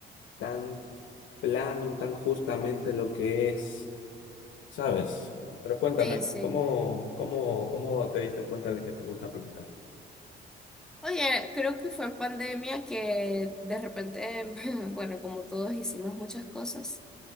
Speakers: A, on the left; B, in the centre.
A: tan plano, tan justamente lo que es, ¿sabes? Pero cuéntame,
B: sí, sí.
A: ¿cómo, cómo, cómo te diste cuenta de que te gusta pintar?
B: Oye, creo que fue en pandemia que de repente, <laughs> bueno, como todos hicimos muchas cosas,